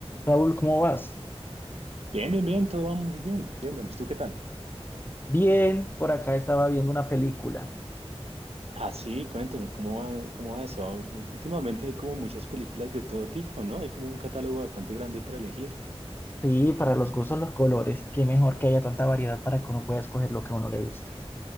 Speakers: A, on the left (about 20°); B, on the right (about 70°).
A: Raúl, ¿cómo vas?
B: Bien, bien, bien, todo va muy bien. Bien, Donis, ¿tú qué tal?
A: Bien, por acá estaba viendo una película.
B: Ah, sí, cuéntame, ¿cómo va, cómo va eso? Últimamente hay como muchas películas de todo tipo, ¿no? Hay como un catálogo bastante grande para elegir.
A: Sí, para los gustos, los colores. Qué mejor que haya tanta variedad para que uno pueda escoger lo que a uno le guste.